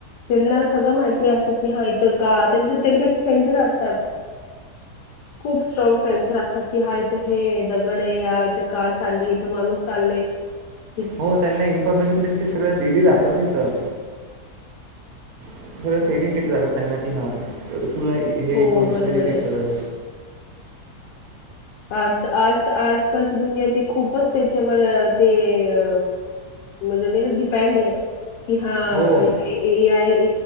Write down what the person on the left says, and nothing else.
त्यांना सगळं माहिती असतं की हा इथं का त्यां त्यांच्या सेंचर असतात खूप स्ट्राँग सेन्सर असतात की हा इथे हे दगड आहे या इथे कार चालली इथं माणूस चाललेय <inaudible>
हो,
बरोबर
आहे. आज आज आजकालची दुनिया ते खूपच त्याच्यावर ते अ मज डिपेड आहे की हा
ए आय